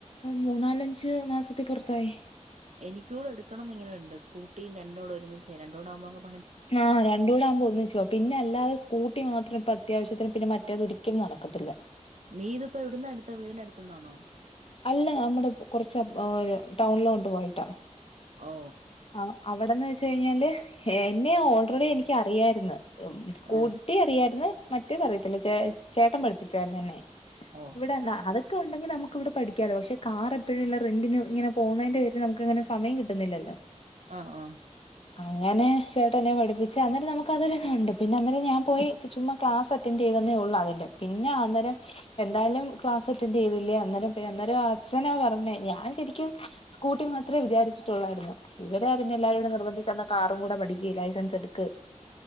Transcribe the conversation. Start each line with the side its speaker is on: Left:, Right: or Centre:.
Left: മൂന്നാലഞ്ച് മാസത്തി പൊർത്തായി
Right: എനിക്കൂടെട്ക്കണം ന്നിങ്ങനെണ്ട് സ്കൂട്ടീം രണ്ടൂടെ ഒരുമിച്ച് രണ്ടൂടെ ആവുമ്പങ്ങ്
Left: ആ രണ്ടൂടാകുമ്പോ ഒന്നിച്ചുപോവം പിന്നെ അല്ലാതെ സ്കൂട്ടി മാത്രം ഇപ്പ അത്യാവശ്യത്തിന് പിന്നെ മറ്റേത് ഒരിക്കലും നടക്കത്തില്ല.
Right: നീ ഇത്പ്പോ എവിട്ന്നാ എടുത്തേ വീടിന്റെ അട്ത്ത് ന്നാന്നോ
Left: അല്ല നമ്മടെ പ്പ് കൊർച്ച് ഒര് ടൗൺലോട്ട് പോയ്ട്ടാ
Right: ഓ
Left: ആ അവടെന്ന് വെച്ച് കഴിഞ്ഞാല് എന്നെ ഓൾറെഡി എനിക്ക് അറിയാര്ന്ന് സ്കൂട്ടി
Right: ആഹ്
Left: അറിയാര്ന്ന് മറ്റേത് അറിയത്തില്ല ചേ ചേട്ടം പഠിപ്പിച്ചാര്ന്ന് എന്നെ
Right: ഓ
Left: ഇവിടെ അതൊക്കെ ഉണ്ടെങ്കി നമുക്ക് ഇവടെ പഠിക്കാലോ പക്ഷെ കാറ് എപ്പഴുള്ള റെന്റിന് ഇങ്ങനെ പോവുന്നേന്റെ പേരില് നമുക്ക് ഇങ്ങനെ സമയം കിട്ടുന്നില്ലല്ലോ
Right: ആഹ് ആഹ്
Left: അങ്ങനെ ചേട്ടൻ എന്നെ പഠിപ്പിച്ച അന്നേരം നമുക്ക് അതൊരു ഉണ്ട് പിന്നെ അന്നേരം ഞാൻ പോയി ചുമ്മാ ക്ലാസ് അറ്റന്റയ്തന്നേ ഒള്ളൂ അതിൻ്റെ പിന്നെ അന്നേരം എന്തായാലും ക്ലാസ്സ് അറ്റെന്റെയ്തില്ലേ അന്നേരം അന്നേരം അച്ഛനാ പറഞ്ഞേ ഞാൻ ശരിക്കും സ്കൂട്ടി മാത്രേ വിചാരിച്ചിട്ടൊള്ളായിര്ന്ന്. ഇവരാ പിന്നെ എല്ലാരും കൂടെ നിർബന്ധിച് എന്നാ കാറും കൂടെ പഠിക്ക് ലൈസൻസ് എട്ക്ക്